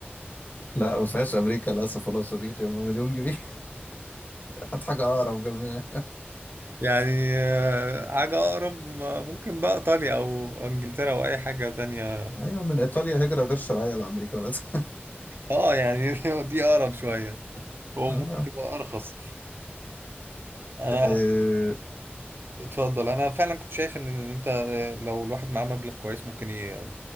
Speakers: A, on the left; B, on the right.
A: لا ما فيهاش أمريكا للأسف والله يا صديقي هم مليون جنيه <laughs> هات حاجة أقرب جنبنا
B: يعني آه، حاجه اقرب ما- ممكن بقى ايطاليا او انجلترا او اي حاجه تانية
A: أيوة من إيطاليا هجرة غير شرعية لأمريكا للأسف
B: اه يعني <laughs> دي اقرب شويه هو
A: <laughs> آه.
B: ممكن تبقى ارخص انا
A: آه.
B: اتفضل انا فعلا كنت شايف ان إن انت لو الواحد معاه مبلغ كويس ممكن ي...